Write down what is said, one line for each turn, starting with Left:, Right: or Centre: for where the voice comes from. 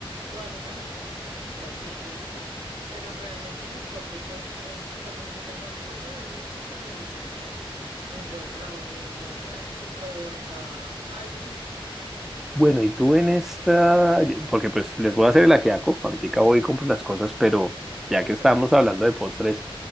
Right: o algo también con fruticas me gusta, pero realmente mi top de postres, o sea, cuando yo tengo antojo de dulce, para mí es chocolate un buen brownie, un buen pedazo de torta, algo con chocolate.
Centre: Bueno, y tú en esta, porque pues les voy a hacer el ajiaco, ahorita voy y compro las cosas, pero ya
Right: Eso.
Centre: que estamos hablando de postres,